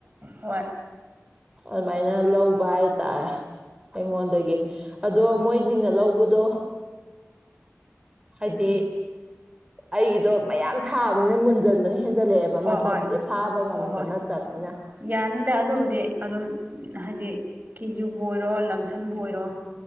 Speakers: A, on the right; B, on the right.
A: ꯍꯣꯏ
B: ꯑꯗꯨꯃꯥꯏꯅ ꯂꯧꯕ ꯍꯥꯏ ꯇꯥꯔꯦ ꯑꯩꯉꯣꯟꯗꯒꯤ ꯑꯗꯣ ꯃꯣꯏꯖꯤꯡꯅ ꯂꯧꯕꯗꯣ ꯍꯥꯏꯗꯤ ꯑꯩꯒꯤꯗꯣ ꯃꯌꯥꯝ ꯊꯥꯕꯅꯤꯅ ꯃꯨꯟꯖꯟꯕꯅ ꯍꯦꯟꯖꯜꯂꯛꯑꯦꯕ
A: ꯍꯣꯏ
B: ꯃꯇꯝꯁꯦ ꯐꯥꯕ ꯉꯝꯕ
A: ꯍꯣꯏ ꯍꯣꯏ
B: ꯅꯠꯇꯕꯅꯤꯅ
A: ꯌꯥꯅꯤꯗ ꯑꯗꯨꯕꯨꯗꯤ ꯑꯗꯨꯝ ꯍꯥꯏꯗꯤ ꯀꯤꯖꯤꯕꯨ ꯑꯣꯏꯔꯣ ꯂꯝꯁꯝꯕꯨ ꯑꯣꯏꯔꯣ